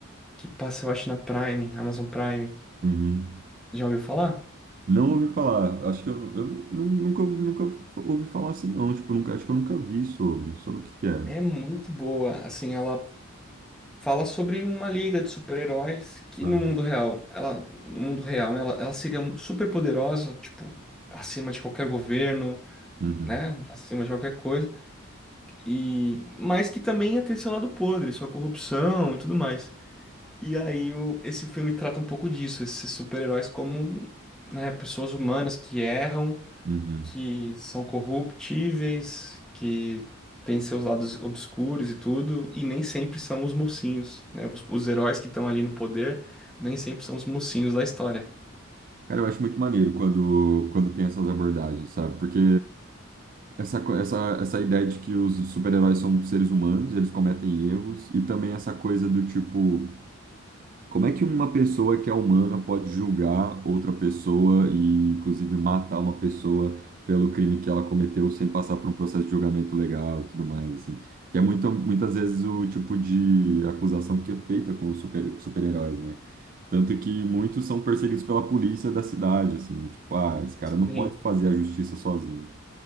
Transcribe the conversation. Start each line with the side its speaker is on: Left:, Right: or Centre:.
Centre: que passa, eu acho, na Prime, Amazon Prime.
Right: Uhum.
Centre: Já ouviu falar?
Right: Não ouvi falar. Acho que eu, eu nu- nunca, ouvi- nunca ouvi falar assim, não. Tipo, nunca, acho que eu nunca vi sobre. Sobre o que que é.
Centre: É muito boa. Assim, ela fala sobre uma liga de super-heróis que
Right: Aham.
Centre: no mundo real, ela, no mundo real, né, ela, ela seria super poderosa, tipo, acima de qualquer governo,
Right: Uhum.
Centre: né, acima de qualquer coisa. E mas que também ia ter seu lado podre, sua corrupção e tudo mais. E aí o, esse filme trata um pouco disso, esses super-heróis como, né, pessoas humanas que erram
Right: Uhum.
Centre: que são corruptíveis, que têm seus lados obscuros e tudo, e nem sempre são os mocinhos, né? Os, os heróis que estão ali no poder nem sempre são os mocinhos da história.
Right: Cara, eu acho muito maneiro quando, quando tem essas abordagens, sabe? Porque essa, co- essa, essa ideia de que os super-heróis são seres humanos, eles cometem erros, e também essa coisa do tipo. Como é que uma pessoa que é humana pode julgar outra pessoa e, inclusive, matar uma pessoa pelo crime que ela cometeu sem passar por um processo de julgamento legal e tudo mais, assim? Que é muito, muitas vezes o tipo de acusação que é feita com os super, super-heróis, né? Tanto que muitos são perseguidos pela polícia da cidade, assim, tipo, ah, esse cara não
Centre: Sim,
Right: pode fazer a justiça sozinho.